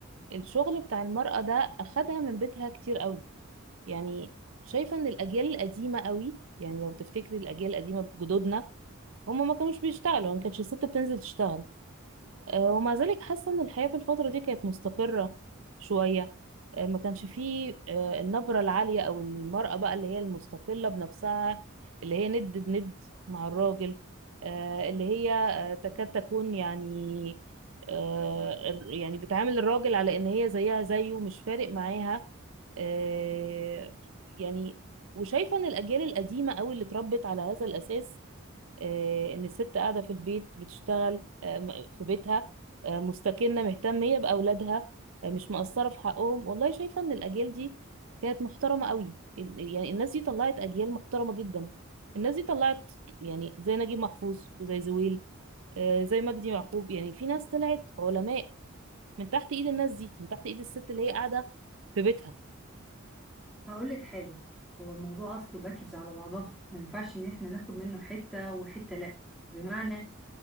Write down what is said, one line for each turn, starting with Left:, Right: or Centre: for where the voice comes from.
Right: الشغل بتاع المرأة ده أخدها من بيتها كتير قوي يعني شايفة إن الأجيال القديمة قوي يعني لو تفتكري الأجيال القديمة جدودنا هم ما كانوش بيشتغلوا ما كانتش الست بتنزل تشتغل آه، ومع ذلك حاسة ان الحياة في الفترة دي كانت مستقرة شوية آه، ما كانش فيه آه، النبرة العالية او المرأة بقى اللي هي المستقلة بنفسها اللي هي ند بند مع الراجل آه، اللي هي آه، تكاد تكون يعني آه، يعني بتعامل الراجل على ان هي زيها زيه مش فارق معاها آه، يعني وشايفة ان الاجيال القديمة قوي اللي اتربت على هذا الاساس آه، ان الست قاعده في البيت بتشتغل آه، م- في بيتها آه، مستكنه مهتميه باولادها آه، مش مقصره في حقهم والله شايفه ان الاجيال دي كانت محترمه قوي ال- يعني الناس دي طلعت اجيال محترمه جدا الناس دي طلعت يعني زي نجيب محفوظ وزي زويل آه، زي مجدي يعقوب يعني في ناس طلعت علماء من تحت ايد الناس دي من تحت ايد الست اللي هي قاعده في بيتها
Centre: هقول لك حاجة هو الموضوع اصله باكج على بعضها ما ينفعش ان احنا ناخد منه حتة وحتة لا بمعنى